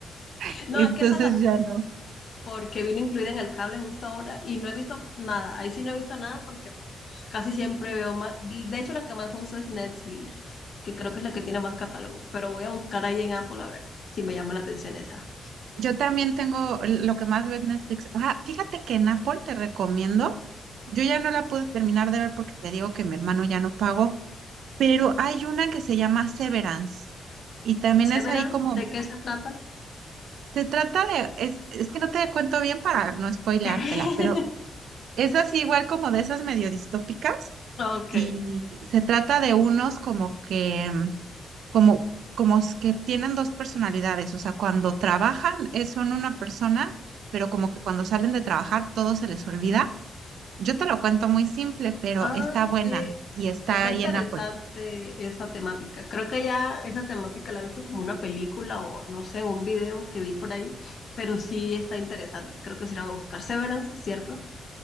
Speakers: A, on the right; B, on the left.
A: <laughs> entonces
B: No, es que esa la tengo.
A: ya no.
B: porque vino incluida en el cable justo ahora y no he visto nada. Ahí sí no he visto nada porque pues, casi siempre veo más. De hecho, la que más uso es Netflix, que creo que es la que tiene más catálogo, pero voy a buscar ahí en Apple a ver si me llama la atención esa.
A: Yo también tengo lo que más ve en Netflix. Ah, fíjate que en Apple te recomiendo, yo ya no la pude terminar de ver porque te digo que mi hermano ya no pagó, pero hay una que se llama Severance y también
B: Severance,
A: es ahí como...
B: ¿de qué se trata?
A: Se trata de, es, es que no te cuento bien para no spoileártela,
B: <laughs>
A: pero Es así igual como de esas medio distópicas
B: Ok.
A: y se trata de unos como que, mm, como, como s- que tienen dos personalidades, o sea, cuando trabajan eh, son una persona, pero como que cuando salen de trabajar todo se les olvida. Yo te lo cuento muy simple, pero
B: Ah,
A: está buena
B: sí.
A: y está
B: Está
A: ahí
B: interesante
A: en Apple.
B: esa temática. Creo que ya esa temática la he visto como una película o no sé, un video que vi por ahí, pero sí está interesante. Creo que sí la voy a buscar. Severance, ¿cierto?